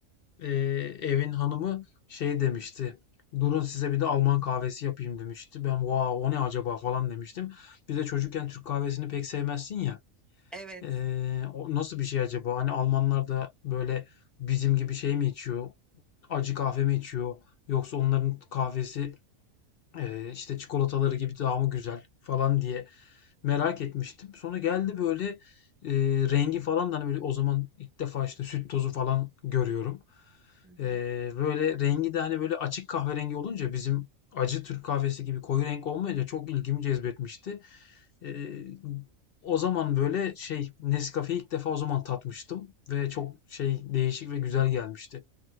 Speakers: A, on the left (about 60°); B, in the centre.
A: Ee, evin hanımı şey demişti. Durun size bir de Alman kahvesi yapayım demişti. Ben wow o ne acaba falan demiştim. Bir de çocukken Türk kahvesini pek sevmezsin ya.
B: Evet.
A: Ee, o nasıl bir şey acaba? Hani Almanlar da böyle bizim gibi şey mi içiyor? Acı kahve mi içiyor? Yoksa onların kahvesi e, işte çikolataları gibi daha mı güzel falan diye merak etmiştim. Sonra geldi böyle e, rengi falan da hani böyle o zaman ilk defa işte süt tozu falan görüyorum.
B: Hı
A: Ee,
B: hı.
A: böyle rengi de hani böyle açık kahverengi olunca bizim acı Türk kahvesi gibi koyu renk olmayınca çok ilgimi cezbetmişti. Ee, o zaman böyle şey Nescafe'yi ilk defa o zaman tatmıştım ve çok şey değişik ve güzel gelmişti.